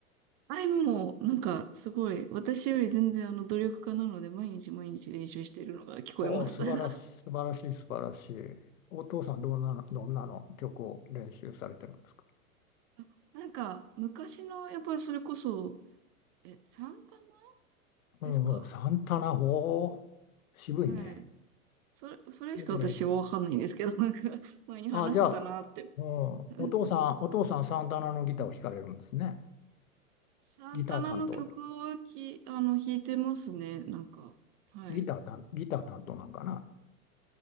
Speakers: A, on the right; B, on the left.
A: あいもも、なんか、すごい、私より全然あの、努力家なので、毎日毎日練習しているのが聞こえます。
B: おお、素晴らしい、
A: <laughs>
B: 素晴らしい、素晴らしい。お父さん、どんな、どんなの曲を練習されてるんですか
A: あなんか、昔の、やっぱりそれこそ、え、サンタナ
B: うんサンタナ法、
A: ですか
B: ほ渋いね。
A: はい。それ、それしか私はわかんないんですけど、
B: ええ
A: なんか、前に話してたなって。
B: あ、じゃあ、うん、
A: <laughs>
B: お父さん、お父さん、サンタナのギターを弾かれるんですね。
A: サンタナの曲をき、
B: ギター担当で。
A: あの、弾いてますね、なんか。はい。
B: ギター担、ギター担当なんかな。